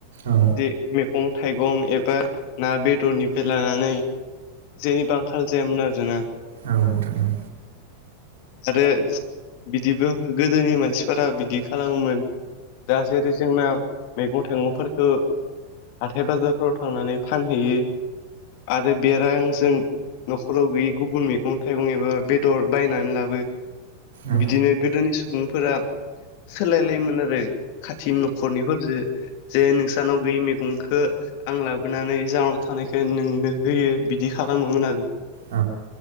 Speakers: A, on the right (about 55°); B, on the left (about 45°).
A: औ
B: जे मैगं थाइगं एबा ना बेदरनिफ्राय लानानै जेनिबो आंखाल जयामोन आरो ना।
A: औ नोंथां औ
B: आरो बिदिबो गोदोनि मानसिफोरा बिदि खालामोमोन। दा जेरै जोंना मैगं थाइगंफोरखो हाथाय बाजारफोराव थांनानै फानहैयो आरो बेरांजों न'खराव गैयि गुबुन मैगं थाइगं एबा बेदर बायनानै लाबो
A: औ
B: बिदिनो गोदोनि सुबुंफोरा सोलायलायोमोन आरो खाथि न'खरनिफोरजों जे नोंसानाव बे मैगंखौ आं लाबोनानै जाहाव थानायखौ नोंनो होयो। बिदि खालामोमोन आरो
A: औ